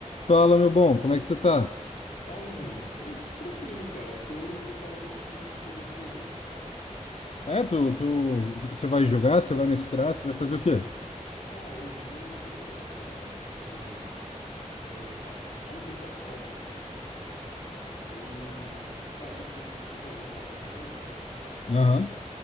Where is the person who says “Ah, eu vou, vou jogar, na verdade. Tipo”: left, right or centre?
Left